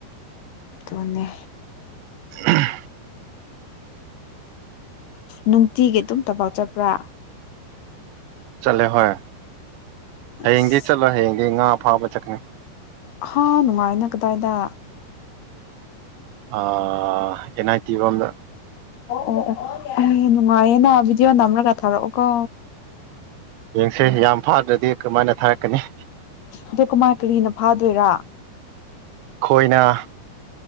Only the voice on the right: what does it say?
ꯎꯝ
ꯆꯠꯂꯦ ꯍꯣꯏ ꯍꯌꯦꯡꯗꯤ
ꯆꯠꯂꯣ ꯍꯌꯦꯡꯗꯤ ꯉꯥ ꯐꯥꯕ ꯆꯠꯀꯅꯤ
ꯑꯥ ꯑꯦꯟ ꯑꯥꯏ ꯇꯤ ꯔꯣꯝꯗ
ꯌꯦꯡꯁꯦ ꯌꯥꯝ ꯐꯥꯗ꯭ꯔꯗꯤ ꯀꯃꯥꯏꯅ ꯊꯥꯔꯛꯀꯅꯤ
ꯈꯣꯏꯅ